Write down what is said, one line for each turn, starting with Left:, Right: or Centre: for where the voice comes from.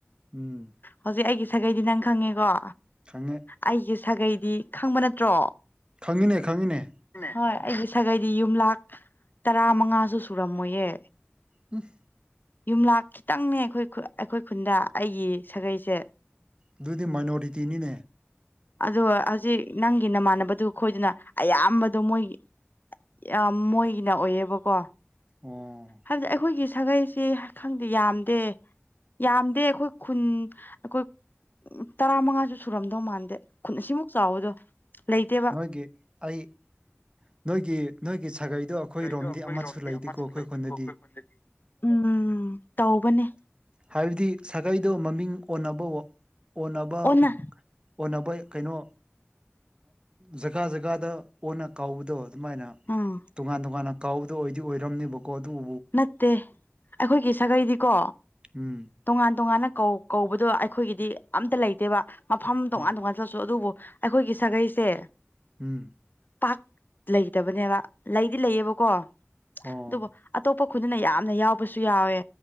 Right: ꯎꯝ
Left: ꯍꯧꯖꯤꯛ ꯑꯩꯒꯤ ꯁꯥꯒꯩꯗꯤ ꯅꯪ ꯈꯪꯉꯦꯀꯣ
Right: ꯈꯪꯉ‌ꯦ
Left: ꯑꯩꯒꯤ ꯁꯥꯒꯩꯗꯤ ꯈꯪꯕ ꯅꯠꯇ꯭ꯔꯣ
Right: ꯈꯪꯉꯤꯅꯦ ꯈꯪꯉꯤꯅꯦ
Left: ꯍꯣꯏ ꯑꯩꯒꯤ ꯁꯥꯒꯩꯗꯤ ꯌꯨꯝꯂꯥꯛ ꯇꯔꯥ ꯃꯉꯥꯁꯨ ꯁꯨꯔꯝꯃꯣꯏꯌꯦ
Right: ꯎꯐ
Left: ꯌꯨꯝꯂꯛ ꯈꯤꯇꯪꯅꯦ ꯑꯩꯈꯣꯏ ꯑꯩꯈꯣꯏ ꯈꯨꯟꯗ ꯑꯩꯒꯤ ꯁꯥꯒꯩꯁꯦ
Right: ꯑꯗꯨꯗꯤ ꯃꯥꯏꯅꯣꯔꯤꯇꯤꯅꯤꯅꯦ
Left: ꯑꯗꯣ ꯍꯧꯖꯤꯛ ꯅꯪꯒꯤ ꯅꯃꯥꯟꯅꯕꯗꯨ ꯑꯩꯈꯣꯏꯗꯨꯅ ꯑꯌꯥꯝꯕꯗꯣ ꯃꯣꯏ ꯌꯥꯝ ꯃꯣꯏꯒꯤꯅ ꯑꯣꯏꯌꯦꯕꯀꯣ
Right: ꯑꯣ
Left: ꯍꯥꯏꯕꯗꯤ ꯑꯩꯈꯣꯏꯒꯤ ꯁꯥꯒꯩꯁꯤ ꯈꯪꯗꯦ ꯌꯥꯝꯗꯦ ꯌꯥꯝꯗꯦ ꯑꯩꯈꯣꯏ ꯈꯨꯟ ꯑꯩꯈꯣꯏ ꯇꯔꯥ ꯃꯉꯥꯁꯨ ꯁꯨꯔꯝꯗꯧ ꯃꯥꯟꯗꯦ ꯈꯨꯟ ꯑꯁꯤꯃꯨ ꯆꯥꯎꯕꯗꯣ ꯂꯩꯇꯦ
Right: ꯅꯣꯏꯒꯤ ꯑꯩ ꯅꯣꯏꯒꯤ ꯅꯣꯏꯒꯤ ꯁꯥꯒꯩꯗꯣ ꯑꯩꯈꯣꯏꯔꯣꯝꯗꯤ
Left: ꯗꯣ ꯑꯩꯈꯣꯏꯔꯣꯝꯗꯤ
Right: ꯑꯃꯠꯁꯨ ꯂꯩꯇꯦꯀꯣ
Left: ꯑꯃꯁꯨ
Right: ꯑꯩꯈꯣꯏ
Left: ꯂꯩꯀꯣ
Right: ꯈꯨꯟꯗꯗꯤ
Left: ꯑꯩꯈꯣꯏꯗꯤ ꯎꯝ ꯇꯧꯕꯅꯦ
Right: ꯍꯥꯏꯕꯗꯤ ꯁꯥꯒꯩꯗꯣ ꯃꯃꯤꯡ ꯑꯣꯟꯅꯕ ꯑꯣꯟꯅꯕ
Left: ꯑꯣꯟꯅ
Right: ꯑꯣꯟꯅꯕ ꯀꯩꯅꯣ ꯖꯒꯥ ꯖꯒꯥꯗ ꯑꯣꯟꯅ ꯀꯥꯎꯕꯗꯣ ꯑꯗꯨꯃꯥꯏꯅ
Left: ꯑꯥ
Right: ꯇꯣꯉꯥꯟ ꯇꯣꯉꯥꯟꯅ ꯀꯥꯎꯗ ꯑꯣꯏꯗꯤ ꯑꯣꯏꯔꯝꯅꯤꯕ ꯀꯣꯗꯨꯎ
Left: ꯅꯠꯇꯦ ꯑꯩꯈꯣꯏꯒꯤ ꯁꯥꯒꯩꯗꯤꯀꯣ
Right: ꯎꯝ
Left: ꯇꯣꯉꯥꯟ ꯇꯣꯉꯥꯟꯅ ꯀꯧꯕꯗꯣ ꯑꯩꯈꯣꯏꯒꯤꯗꯤ ꯑꯝꯇ ꯂꯩꯇꯦꯕ ꯃꯐꯝ ꯇꯣꯉꯥꯟ
Right: ꯑꯣ
Left: ꯇꯣꯉꯥꯟ ꯆꯠꯁꯨ ꯑꯗꯨꯕꯨ ꯑꯩꯈꯣꯏꯒꯤ ꯁꯥꯒꯩꯁꯦ
Right: ꯎꯝ
Left: ꯄꯥꯛ ꯂꯩꯇꯕꯅꯦꯕ ꯂꯩꯗꯤ ꯂꯩꯌꯦꯕꯀꯣ
Right: ꯑꯣ
Left: ꯑꯗꯨꯕꯨ ꯑꯇꯣꯞꯄꯗꯨꯅ ꯌꯥꯝꯅ ꯌꯥꯎꯕꯁꯨ ꯌꯥꯎꯋꯦ